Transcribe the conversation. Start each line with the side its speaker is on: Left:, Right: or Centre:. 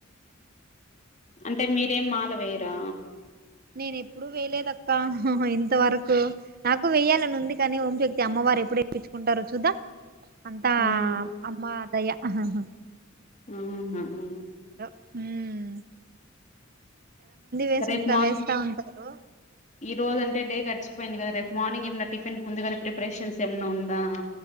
Left: అంటే మీరేం మాల వేయరా
Right: నేన ఎప్పుడుూ వేలేదక్క ంత వరకు నాకు వెయ్యాలనుంది కానీ ఓంశక్తి అమ్మవారు ఎప్పుడుేప్పుంటారు చూద్దా అంతా
Left: ఉమ్
Right: అమ్మ దయ ఆహాహా
Left: అవునా ఉమ్
Right: హమ్ వేసుంటా
Left: రేపు మార్నింగ్
Right: వేస్తా ఉంటారు
Left: ఈ రోజ అంటే డే ఖర్చు యింది కదా రేపు మార్నింగ్ ఏమ టిఫిన్ కు ముందుగానే ప్రిపరేషన్స్ ఏమన్నా ఉందా